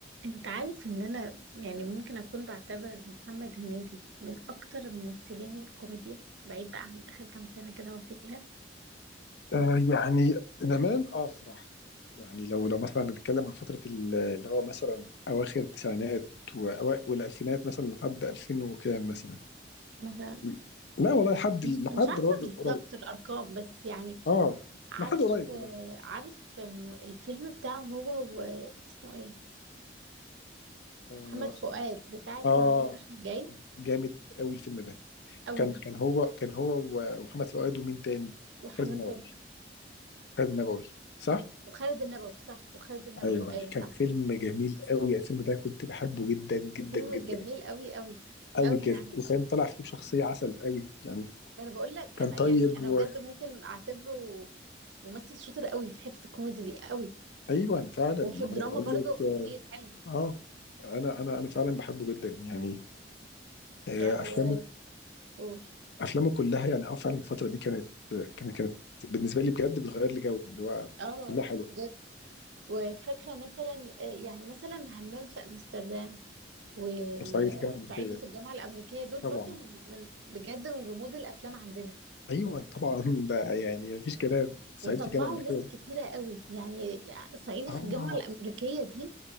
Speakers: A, on the right; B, on the left.
A: انت عارف ان انا يعني ممكن اكون بعتبر محمد هنيدي من اكتر ممثلين الكوميديا بعيد بقى عن اخر كام سنة كده هو فيها
B: آه يعني زمان أسرع يعني لو لو مثلا نتكلم عن فترة ال- اللي هو مثلا أواخر التسعينات وأوا- والألفينات مثلا لحد 2000 وكام مثلا
A: مثلا
B: م. لا والله لحد
A: مش
B: لحد
A: مش عارفة
B: برضه
A: بالظبط
B: قريب
A: الارقام بس يعني
B: اه
A: عارف
B: لحد قريب
A: آه،
B: والله
A: عارف آم، الفيلم بتاعه هو واسمه ايه
B: اه,
A: محمد فؤاد بتاع اسماعيلية
B: آه
A: رايح جاي
B: جامد قوي الفيلم ده
A: قوي
B: كان كان هو كان هو ومحمد فؤاد ومين تاني
A: وحنان
B: خالد النبوي
A: ترك
B: خالد النبوي صح
A: وخالد النبوي صح وخالد النبوي
B: ايوه
A: ايوه
B: كان
A: صح
B: فيلم جميل قوي الفيلم ده كنت بحبه جدا جدا
A: الفيلم
B: جدا
A: جميل قوي قوي
B: قوي
A: قوي
B: بجد
A: يعني
B: وكان طالع فيه بشخصية عسل قوي يعني
A: ما انا بقول لك
B: كان
A: انا
B: طيب
A: يعني انا
B: و...
A: بجد ممكن اعتبره ممثل شاطر قوي في حتة الكوميدي دي قوي
B: ايوه فعلا
A: وفي
B: ما
A: الدراما
B: انا بقول
A: برضو
B: لك
A: خطير
B: اه
A: حلو
B: آه، انا انا انا فعلا بحبه جدا يعني آه،
A: يعني
B: افلامه
A: وقول
B: افلامه كلها يعني اه فعلا الفترة دي كانت كانت كانت بالنسبة لي بجد بتغير لي جو اللي هو
A: اه
B: كلها حلوة
A: بجد وفاكرة مثلا آه، يعني مثلا همام في أمستردام والصعيدي
B: صعيدي في الجامعة الأمريكية
A: في الجامعة الأمريكية دول
B: طبعا
A: برضو من من بجد من رموز الأفلام عندنا
B: ايوه طبعا <laughs> ده يعني مفيش كلام صعيدي
A: وطلعوا
B: في الجامعة الأمريكية
A: ناس كتيرة قوي يعني يعني صعيدي
B: اه
A: في الجامعة الأمريكية دي